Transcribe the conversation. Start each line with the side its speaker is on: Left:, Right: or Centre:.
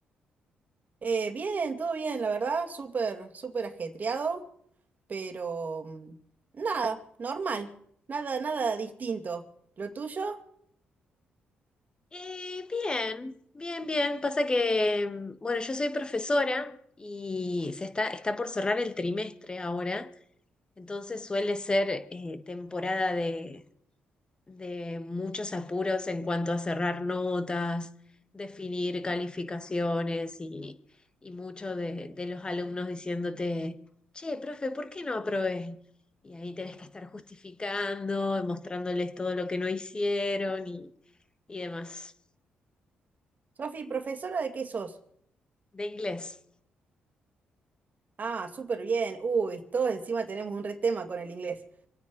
Right: Eh, bien, todo bien, la verdad, súper, súper ajetreado, pero mm, nada, normal, nada, nada distinto. ¿Lo tuyo?
Left: Eh, bien, bien, bien. Pasa que, mm, bueno, yo soy profesora y se está, está por cerrar el trimestre ahora, entonces suele ser eh, temporada de, de muchos apuros en cuanto a cerrar notas, definir calificaciones y, y mucho de, de los alumnos diciéndote, che, profe, ¿por qué no aprobé? Y ahí tenés que estar justificando, y mostrándoles todo lo que no hicieron y, y demás.
Right: Sofi, profesora de qué sos?
Left: De inglés.
Right: Ah, súper bien. Uy, todos encima tenemos un re tema con el inglés.